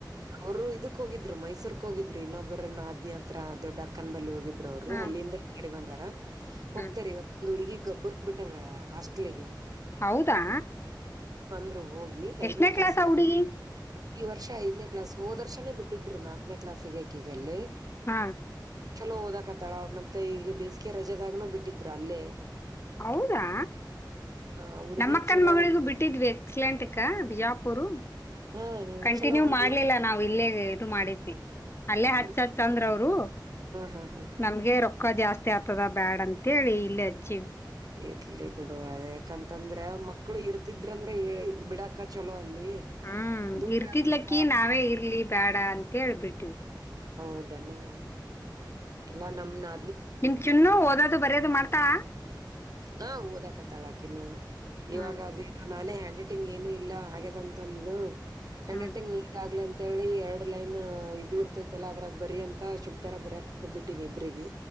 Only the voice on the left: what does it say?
ಹ್ಮ್
ಹ್ಮ್
ಹೌದಾ
ಎಷ್ಟನೇ
ಆ ಹುಡುಗಿ
ಹಾ
ಹೌದಾ
ನಮ್ಮಕ್ಕನ್
ಮಗಳಿಗೂ ಬಿಟ್ಟಿದ್ವಿ ಎಕ್ಸಲೆಂಟಕ್ಕ ಬಜಾಪೂರು
ಕಂಟಿನ್ಯೂ
ಮಾಡ್ಲಿಲ್ಲ ನಾವ್ ಇಲ್ಲೇ ಇದು ಮಾಡಿದ್ವಿ ಅಲ್ಲೇ
ಹಚ್ಚ ಹಚ್ಚಂದ್ರ ಅವರು
ನಮ್ಗೆ ರೊಕ್ಕ ಜಾಸ್ತಿ ಆಗ್ತದ ಬ್ಯಾಡ ಅಂತ ಅಂತೇಳಿ ಇಲ್ಲೇ ಹಚ್ಚೀವಿ
ಹ್ಮ್
ಇರ್ತಿದ್ಲಕ್ಕಿ
ನಾವೇ ಇರ್ಲಿ ಬೇಡ ಅಂತ ಹೇಳ್ಬಿಟ್ಟವಿ
ನಿಮ ಚಿನ್ನು ಓದೋದು ಬರಯೋದು ಮಾಡ್ತಾ
ಹ್ಮ್
ಹ್ಮ್